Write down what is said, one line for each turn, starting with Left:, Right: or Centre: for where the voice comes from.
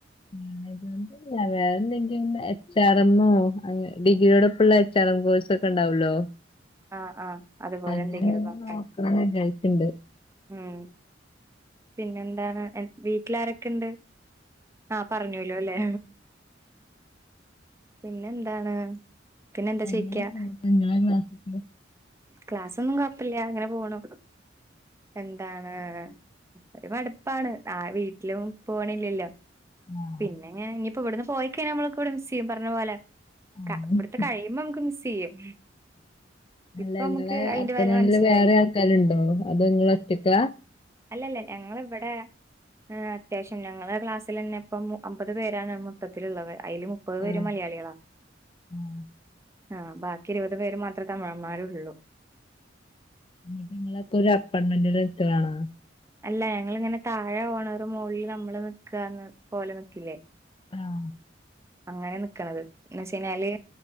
Left: മാനേജ്മെന്റ് ഇല്ല്യല്യ വേറെ എന്തെങ്കിലും എച്ച്. ആർ. എംമ്മോ അങ്ങനെ ഡിഗ്രിയോടൊപ്പെള്ള എച്ച്. ആർ. എം. കോഴ്സക്കെ ഇണ്ടാവൊല്ലോ
Right: ആഹ് ആഹ് അതുപോലെ
Left: അങ്ങനെ
Right: എന്തെങ്കിലും
Left: എന്തേലും
Right: നോക്കാൻ
Left: നോക്കണം വിചാരിക്ക്ണ്ട്
Right: ഉം പിന്നെന്താണ് എഹ് വീട്ടിലാരക്കെണ്ട്? ആഹ് പറഞ്ഞൂലോ അല്ലേ? പിന്നെന്താണ്? പിന്നെന്താ
Left: എങ്ങനെ
Right: ചോയിക്കാ
Left: പോവുന്നു ഇങ്ങളെ ക്ലാസൊക്കെ?
Right: ക്ലാസൊന്നും കൊഴപ്പില്ല ഇങ്ങനെ പോവുണു എന്താണ് ഇപ്പ ഒരു മടുപ്പാണ് ആഹ് വീട്ടിലും പോണില്ലല്ലോ?
Left: ആഹ്
Right: പിന്നെ ഇങ്ങനെ ഇഞ്ഞിപ്പോ ഇവിടുന്ന് പോയി കഴിഞ്ഞ നമ്മളൊക്കെ ഇവിടെ മിസ്സെയ്യും പറഞ്ഞ പോലെ
Left: ആഹ്
Right: ക ഇവട്ത്തെ കഴിയുമ്പോ നമുക്ക് മിസ് ചെയ്യും
Left: അല്ല
Right: ഇപ്പൊ
Left: ഇങ്ങളെ
Right: നമുക്ക് അയിന്റെ
Left: അപ്പാർട്ട്മെന്റില്
Right: വെല മനസ്സിലായി
Left: വേറേം ആൾക്കാര്ണ്ടോ? അതോ ഇങ്ങളൊറ്റക്ക?
Right: അല്ലല്ല ഞങ്ങള് ഇവടെ ഏഹ് അത്യാവിശ്യം ഞങ്ങളെ ക്ലാസ്സിലന്നെ ഇപ്പം അമ്പത് പേരാണ് മൊത്തത്തിലുള്ളത് അയില് മുപ്പത് പേരും
Left: ആഹ്
Right: മലയാളികളാ
Left: ആഹ്
Right: ആഹ് ബാക്കി ഇരുപത് പേര് മാത്രെ തമിഴന്മാരൊള്ളൂ
Left: എന്നിട്ട് ഇങ്ങളൊക്കെ ഒരു അപ്പാർട്ട്മെന്റില് ഇട്ത്തതാണോ?
Right: അല്ല ഞങ്ങളിങ്ങനെ താഴെ ഓണറും മൊളില് നമ്മളും നിക്കാണ് പോലെ നിക്കില്ലേ?
Left: ആഹ്
Right: അങ്ങനെ നിക്ക്ണത് എന്ന് വെച്ച് കഴിഞ്ഞാല്